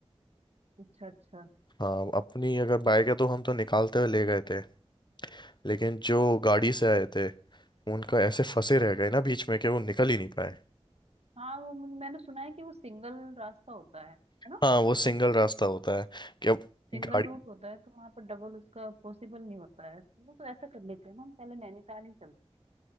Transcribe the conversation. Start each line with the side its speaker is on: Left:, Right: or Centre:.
Right: अच्छा अच्छा
Left: हाँ अपनी अगर बाइक है तो हम तो निकालते हुए ले गए थे लेकिन जो गाड़ी से आए थे उनका ऐसे फंसे रह गए ना बीच में कि वो निकल ही नहीं पाए
Right: हाँ वो मैंने सुना है कि वो सिंगल रास्ता होता है है ना
Left: हाँ वो सिंगल रास्ता होता है कि अब
Right: सिंगल
Left: गाड़ी
Right: रूट होता है तो वहां पर डबल उसका पॉसिबल नहीं होता है चलो तो ऐसा कर लेते हैं ना हम पहले नैनीताल ही चलते